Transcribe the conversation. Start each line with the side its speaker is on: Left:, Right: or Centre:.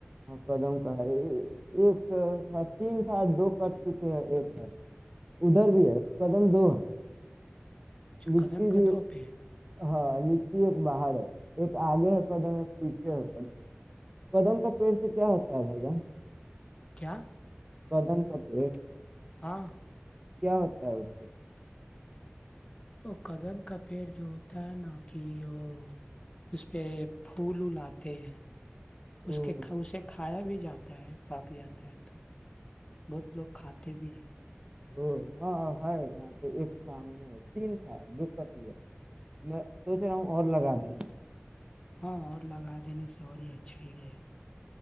Right: ہاں قدم کا ہے ایک تین تھا دو کٹ چک ہے ایک ہے ادھر بھی ہے قدم دو ہے لچی
Left: قدم کر
Right: بھی
Left: دو پھر
Right: ہاں لی ایک باہر ہے ایک آگے ہے قدم ایک پیچھے ہے قدم کا پیڑ سے کیا ہوتا ہے بھیا
Left: کیا؟
Right: قدم کتے
Left: ہاں
Right: کیا ہوتا ہے اس سے
Left: وہ قدم کا پیڑ جو ہوتا ہے نا کہ وہ اس پہ پھول لاتے ہیں
Right: او
Left: اس کے اسے کھایا بھی جاتا ہے پاک جاتا ہے تو <unintelligible> بہت لوگ کھاتے بھی ہیں
Right: ا ہاں ہے یہاں پہ ایک سامنے ہے تین تھا دقت یہ ہے میں سوچ رہا ہوں اور لگا دنے کا
Left: ہاں اور لگا دینے سے بڑیا اچھا ہی رہے گا